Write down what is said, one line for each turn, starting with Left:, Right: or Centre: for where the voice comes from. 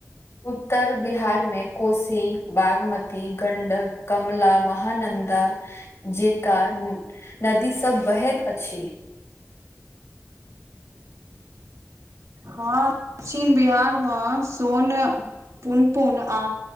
Left: उत्तर बिहारमे कोशी बागमती गंडक कमला महानन्दा जेका नदी सब बहैत अछि
Right: हँ दक्षिण बिहारमे सोन पुनपुन आ